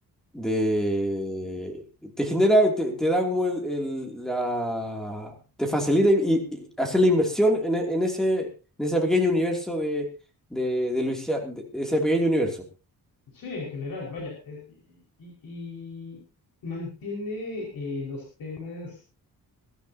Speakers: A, in the centre; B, on the left (about 70°).
A: de... te genera, te, te da como el, el- la... te facilita y, y- y hacer la inversión en, e- en ese, en ese pequeño universo de, de, de Luisiana, de ese pequeño universo.
B: Sí, en general, vaya, eh, y, y- y mantiene eh, los temas